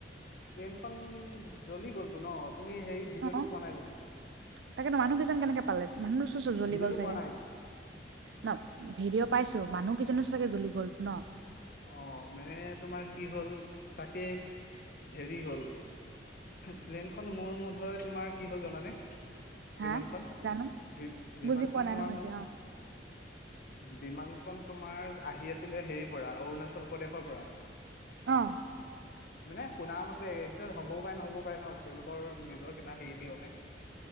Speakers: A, on the left; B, on the right.
A: প্লেনখন জ্বলি গ'লতো ন তুমি সেই ভিডিঅ'টো
B: অ
A: পোৱা নাই জানো
B: তাকেতো মানুহ কেইজন কেনেকে পালে মানুহ চো চব জ্বলি
A: ভিডিঅ'টো
B: গ'ল চাগে।
A: পোৱা নাই
B: ন? ভিডিঅ' পাইছো। মানুহ কেইজনো চাগে জ্বলি গল ন?
A: অ মানে তোমাৰ কি হ'ল, তাকে হেৰি হ'ল পেল্নখন মোৰ মতে হয় তোমাৰ কি হল জানানে?
B: হা
A: বিমানখন?
B: জানো
A: বি বিমানখন
B: বুজি পোৱা নাই
A: তোমাৰ
B: নহয়
A: মানে
B: এতিয়া অ।
A: বিমান বিমান খন তোমাৰ আহি আছিলে হেৰি পৰা অৰুণাচল প্ৰদেশৰ পৰা।
B: আহ
A: মানে শুনা মতে একচুৱেল হবও পাৰে নহ'বও পাৰে, ন তেওঁলোকৰ নিজৰ কিবা হেৰি থাকিব পাৰে,